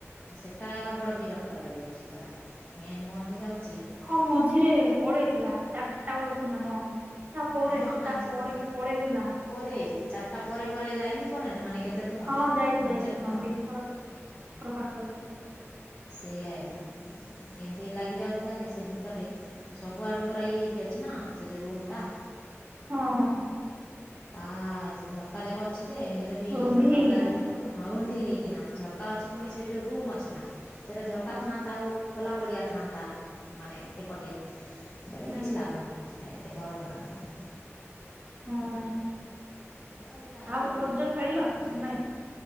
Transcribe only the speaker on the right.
ହଁ ମଝିରେ
ପଳେଇଥିଲା ଚାରଟା ବେଳକୁ ନା କଣ? ତା ପରେ
ତା
ପରେ ପଳେଇଥିଲା
ହଁ।
ହଁ ଯାଇଛି
ଯାଇଛି
ହଁ ଦି ଥର ଦିଥର
ପାଖାପାଖୀ ଯାଇଛି।
ହଁ। ହଁ ହଁ।
ରୁନ୍ଧି
ହେଇକିନା
ହଁ
ହୁଁ
ହଁ।
ଆଉ
ରଜ ଖେଳିଲ
ନା ନାଇଁ?